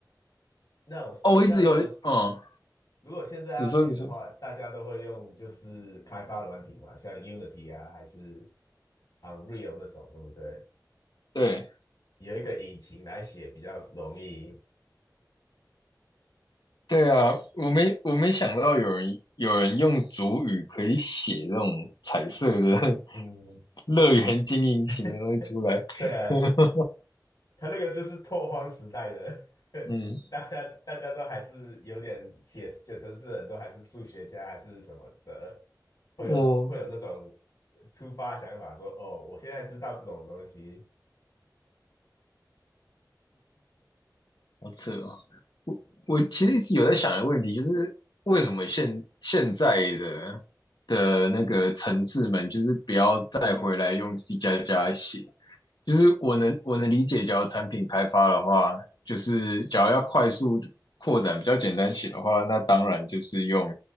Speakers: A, on the left (about 65°); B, on the left (about 80°).
A: 那我那如果是。
B: 哦。我一直有，嗯，
A: 如果现在要写的话，
B: 你说你说，
A: 大家都会用就是开发软体嘛，像 Unity 啊，还是 Unreal 那种，对不对？
B: 对
A: 有一个引擎来写比较容易。
B: 对啊，我没我没想到有人有人用主语可以写这种彩色的 <laughs>
A: 嗯，
B: 乐园经营型的东西出来。
A: <laughs> 对啊，
B: <laughs>
A: 他那个就是拓荒时代的，<laughs>
B: 嗯，
A: 大家大家都还是有点写写程式，人，都还是数学家还是什么的，会有会有那种
B: 我
A: 突发想法说，哦，我现在知道这种东西。
B: 好扯哦！我我其实一直有在想一个问题，就是为什么现现在的的那个城市们，就是不要再回来用 C 加加写。就是我能我能理解，假如产品开发的话，就是假如要快速扩展、比较简单写的话，那当然就是用